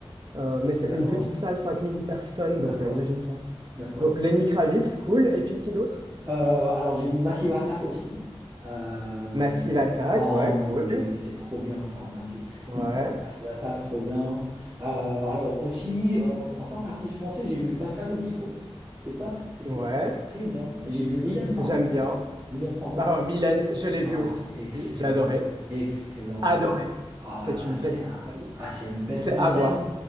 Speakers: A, on the right (about 45°); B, on the right (about 25°).
A: Euh, mais c'était
B: d'accord,
A: une petite salle, 5000 personnes,
B: d'accord,
A: donc euh, imagine-toi.
B: d'accord.
A: Donc Lenny Kravitz, cool. Et puis qui d'autre?
B: Euh, alors, j'ai vu Massive Attack aussi. Euh,
A: Massive Attack,
B: oh
A: ouais,
B: mon
A: cool.
B: Dieu, c'est trop bien ça, Massive.
A: Ouais,
B: Mais Massive Attack, trop bien. Euh, alors, aussi, en, en tant qu'artiste français, j'ai vu Pascal Obispo. C'est pas tr- C'était
A: ouais,
B: c'était très bien. J'ai vu Mylène Farmer.
A: j'aime bien.
B: Mylène Farmer
A: Bah,
B: aussi.
A: oh, Mylène, je l'ai
B: Ah,
A: vue aussi.
B: excellent.
A: J'ai adoré.
B: Excellent.
A: Adoré.
B: Ah
A: C'est
B: là là,
A: une
B: c'est
A: bête de scène.
B: ah, c'est une bête
A: C'est
B: de
A: à
B: scène.
A: voir.